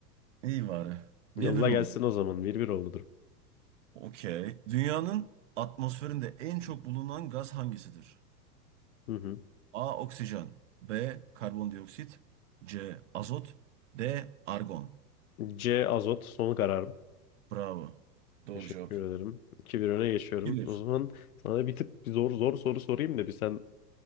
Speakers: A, on the right; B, on the left.
A: İyi bari. Bir
B: Yolla
A: bir mi
B: gelsin
A: oldu?
B: o zaman. bir bir oldu durum.
A: Okey. Dünyanın atmosferinde en çok bulunan gaz hangisidir?
B: Hı hı.
A: A. Oksijen B. Karbondioksit C. Azot D. Argon
B: C. Azot son kararım.
A: Bravo. Doğru
B: Teşekkür
A: cevap.
B: ederim. 2 bir öne geçiyorum.
A: Bilir,
B: O zaman sana bir tık bir zor zor soru sorayım da bir sen